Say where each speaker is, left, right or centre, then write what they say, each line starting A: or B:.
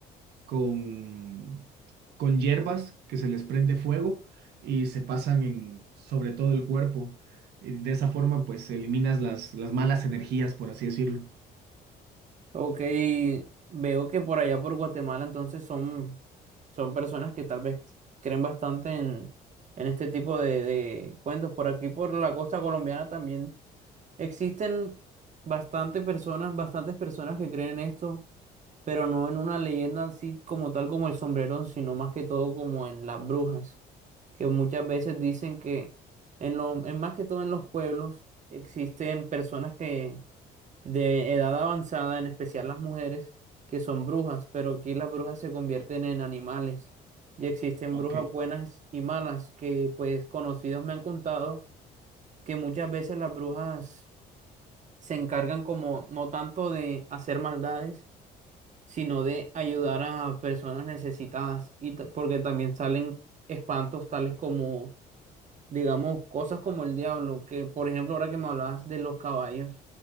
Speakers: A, on the right; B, on the right.
A: con, con hierbas que se les prende fuego y se pasan en, sobre todo el cuerpo. Y de esa forma, pues eliminas las, las malas energías, por así decirlo.
B: Ok, veo que por allá por Guatemala entonces son, son personas que tal vez creen bastante en, en este tipo de, de cuentos. Por aquí, por la costa colombiana también existen bastante personas, bastantes personas que creen en esto, pero no en una leyenda así como tal como el sombrerón, sino más que todo como en las brujas. que muchas veces dicen que en lo, en más que todo en los pueblos existen personas que de edad avanzada, en especial las mujeres, que son brujas, pero aquí las brujas se convierten en animales. Y existen
A: Ok.
B: brujas buenas y malas, que pues conocidos me han contado que muchas veces las brujas se encargan como no tanto de hacer maldades, sino de ayudar a personas necesitadas, y t- porque también salen espantos tales como digamos, cosas como el diablo, que por ejemplo, ahora que me hablabas de los caballos,